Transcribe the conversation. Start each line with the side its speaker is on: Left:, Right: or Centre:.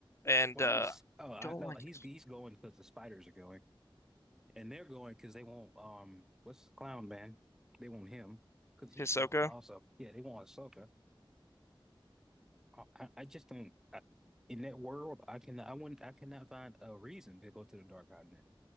Left: And
Centre: Why
Left: uh,
Centre: is oh I
Left: don't
Centre: no
Left: like
Centre: he's
Left: it.
Centre: he's going because the spiders are going and they're going because they want um what's Clown Man they want him because he's
Left: Hisoka.
Centre: going also yeah they want Ahsoka I, I I just don't I, in that world I can I wouldn't I cannot find a reason to go to the Dark Continent